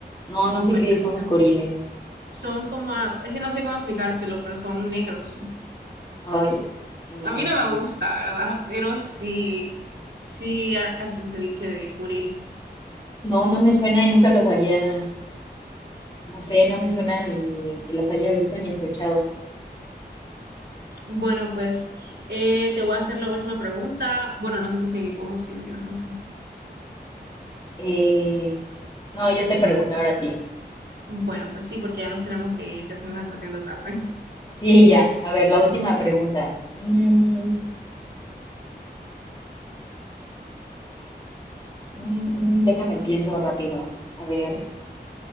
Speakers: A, on the left; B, on the right.
A: No, no sé
B: Marinado,
A: qué son los
B: tenemos
A: coriles.
B: ahí. Son como, es que no sé cómo explicártelo, pero son negros.
A: Ay, eh,
B: A mí no me gusta, ¿verdad? Pero sí, sí hacen ceviche de curil.
A: no, no me suena y nunca los había, no sé, no me suena ni que los haya visto ni escuchado.
B: Bueno, pues eh, te voy a hacer la última pregunta. Bueno, no sé si seguimos o si yo no sé.
A: Eh, no, yo te pregunto ahora a ti.
B: Bueno, pues sí, porque ya nos tenemos que ir, ya se nos está haciendo tarde.
A: Sí, ya. A ver, la última pregunta. Mm, mm, mm, déjame, pienso rápido. A ver.